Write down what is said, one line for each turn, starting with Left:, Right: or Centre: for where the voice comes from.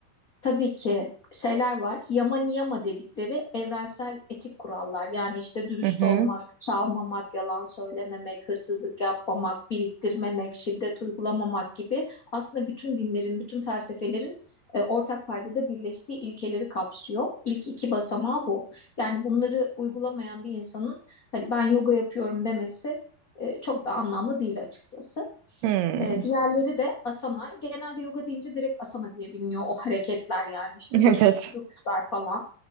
Left: Tabii ki şeyler var. Yama niyama dedikleri evrensel etik kurallar. Yani işte dürüst
Right: Hı hı.
Left: olmak, çalmamak, yalan söylememek, hırsızlık yapmamak, biriktirmemek, şiddet uygulamamak gibi aslında bütün dinlerin, bütün felsefelerin e, ortak paydada birleştiği ilkeleri kapsıyor. İlk iki basamağı bu. Yani bunları uygulamayan bir insanın hani ben yoga yapıyorum demesi e, çok da anlamlı değil açıkçası.
Right: Hmm.
Left: Ee, diğerleri de asana. Genelde yoga deyince direkt asana diye biliniyor o hareketler yani işte
Right: <laughs>
Left: başüstü
Right: Evet.
Left: duruşlar falan.